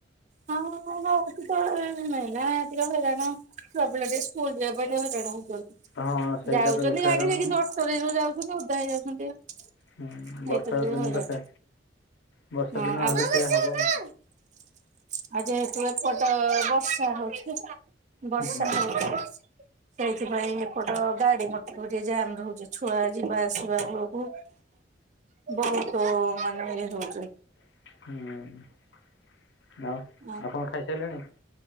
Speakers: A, on the right; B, on the left.
A: ହଁ ହଉଛି ତ ଏ ମେଲା ଏତିକ ହଇରାଣ ଛୁଆ ପିଲା ଟିକେ ସ୍କୁଲ ଯିବା ପାଇଁ କି ହଇରାଣ ହଉଛନ୍
B: ହଁ ସେଇଟା
A: ଯାଉଛନ୍ତି
B: ତ ବେଶୀ
A: ଗାଡିରେ
B: ହଇରାଣ
A: କିନ୍ତୁ ଅଟୋରେ ଯୋଉ ଯାଉଛନ୍ତି ଓଦା ହେଇ ଯାଉଛନ୍ତି ପା।
B: ହୁଁ ବର୍ଷା
A: ଏଇଥର ଯୋଉ
B: ଦିନ
A: ହଇରାଣ।
B: ତ ସେ ବର୍ଷା
A: ହଁ
B: ଦିନ
A: ଆଉ
B: ହେଲେ
A: ଆ
B: ସେଇଆ ହବ
A: ଆଊ ଯେହେତୁ ଏପଟ ବର୍ଷା ହଉଛି। ବର୍ଷା
B: ହୁଁ
A: ହଉଛି ସେଇଥିପାଇଁ ଏପଟ ଗାଡି ମ କଉଠି ଏ ଜାମ ରହୁଛି ଛୁଆ ଯିବା ଆସିବା ବେଳୁକୁ। ବହୁତୁ ମାନେ ଇଏ ହଉଛି।
B: ହୁଁ। ଆଉ
A: ହଁ
B: ଆପଣ ଖାଇସାରିଲେଣି?